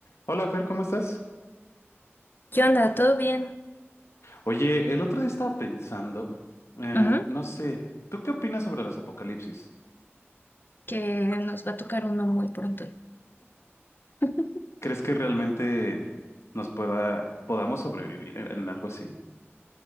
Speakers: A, on the left (about 80°); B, on the left (about 50°).
A: Hola Fer, ¿cómo estás?
B: ¿Qué onda? ¿Todo bien?
A: Oye, el otro día estaba pensando, eh,
B: Ujú.
A: no sé, ¿tú qué opinas sobre los apocalipsis?
B: Que nos va a tocar uno muy pronto. <laughs>
A: ¿Crees que realmente nos pueda, podamos sobrevivir en, en algo así?